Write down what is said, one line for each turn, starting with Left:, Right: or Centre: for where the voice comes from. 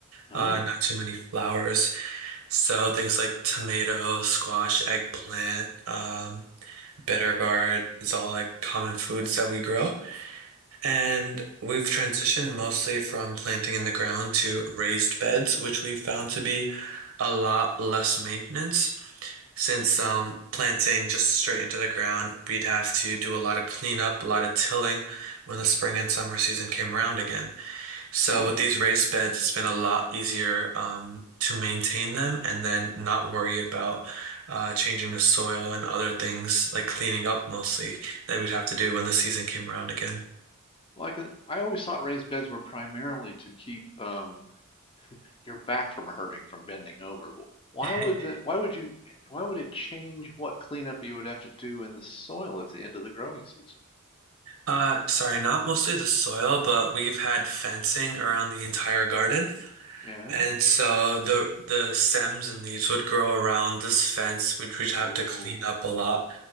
Left: ah,
Right: Uh, not too many flowers. So things like tomato, squash, eggplant, um, bitter gourd is all like common foods that we grow. And we've transitioned mostly from planting in the ground to raised beds, which we found to be a lot less maintenance. Since um, planting just straight into the ground, we'd have to do a lot of cleanup, a lot of tilling when the spring and summer season came around again. So
Left: huh.
Right: with these raised beds, it's been a lot easier um, to maintain them and then not worry about uh, changing the soil and other things like cleaning up mostly that we'd have to do when the season came around again.
Left: Well, I can. I always thought raised beds were primarily to keep um, your back from hurting from bending over. Why
Right: <laughs>
Left: would the, Why would you? Why would it change what cleanup you would have to do in the soil at the end of the growing season?
Right: Uh, sorry, not mostly the soil, but we've had fencing around the entire garden.
Left: Yeah.
Right: And so the the stems and leaves would grow around this fence, which we'd have
Left: Oh.
Right: to clean up a lot.